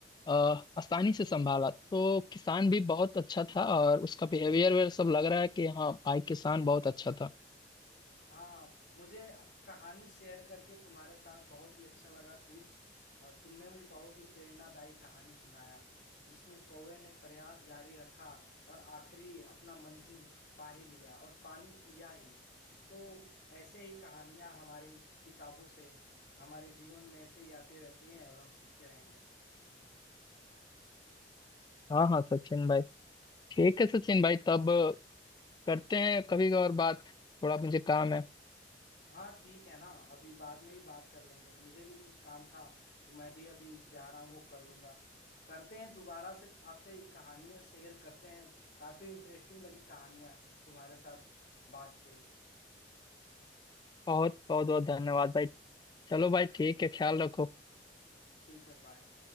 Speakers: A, on the left; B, on the left.
A: अ, आसानी से संभाला तो किसान भी बहुत अच्छा था और उसका बिहेवियर वेयर सब लग रहा है कि हाँ भाई किसान बहुत अच्छा था
B: हाँ मुझे कहानी शेयर करके तुम्हारे साथ बहुत ही अच्छा लगा प्रिंस और तुमने भी बहुत ही प्रेरणादायी कहानी सुनाया जिसमें कौवे ने प्रयास जारी रखा और आखिरी अपना मंजिल पा ही लिया और पानी पिया ही तो ऐसे ही कहानियां हमारी किताबों से हमारे जीवन में ऐसे ही आती रहती हैं और हम सीखते रहेंगे
A: हाँ हाँ सचिन भाई ठीक है सचिन भाई तब करते हैं कभी और बात थोड़ा मुझे काम है
B: हाँ ठीक है ना अभी बाद में ही बात कर लेंगे मुझे भी कुछ काम था तो मैं भी अभी जा रहा हूँ वो कर लूंगा करते हैं दोबारा से आपसे कहानियों शेयर करते हैं काफी इंटरेस्टिंग लगी कहानियाँ तुम्हारे साथ बांट के
A: बहुत बहुत बहुत धन्यवाद भाई चलो भाई ठीक है ख्याल रखो
B: ठीक है बाय